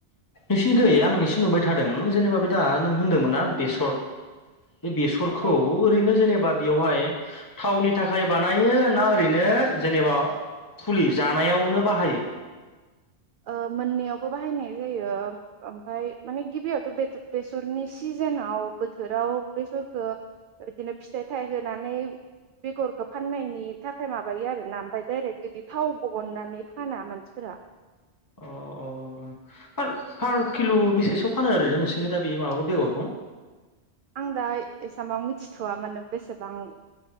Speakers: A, on the left; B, on the right.
A: थिंखै आं एसे नुबाय थादों जेनेबा बे दा नों होनदोंमोन ना बेसर। बे बेसरखौ
B: औ
A: ओरैनो जेनेबा। बेवहाय थावनि थाखाय बानायो ना ओरैनो जेनेबा फुलि जानायावनो बाहायो।
B: ओ मोननैयावबो बाहायनाय जायो ओमफ्राय माने गिबियावथ' बेसरनि सिजोनाव बोथोराव बेसरखौ बिदिनो फिथाइ थाइ होनानै बेगरखौ फाननायनि थाखाय माबायो आरोना ओमफ्राय डायरेक्ट बिदि थाव बानयनानै फाना मानसिफोरा।
A: अ अ पार पार किल' बेसेसोआव फानो ओरैनो नोंसोरनि दा बे माबाखौ बेगरखौ।
B: आं दा एसामाव मिथिथ'व मानोे बेसेबां